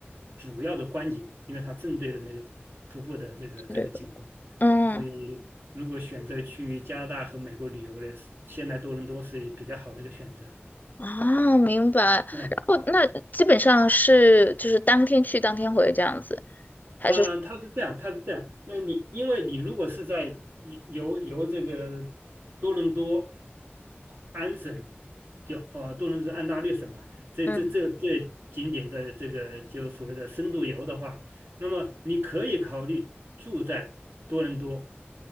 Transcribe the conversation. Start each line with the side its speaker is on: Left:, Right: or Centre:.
Right: 主要的观景，因为它正对着那个瀑布的这个这个景观，
Left: 是这个嗯，
Right: 所以如果选择去加拿大和美国旅游的，先来多伦多是比较好的一个选择。
Left: 啊，明白。
Right: 嗯，
Left: 然后那基本上是就是当天去当天回这样子，还是？
Right: 嗯它是这样，它是这样。那你因为你如果是在游游这个多伦多安省，就呃多伦多是安大略省嘛，这这这这景点的这个就所谓的深度游的话，
Left: 嗯，
Right: 那么你可以考虑住在多伦多，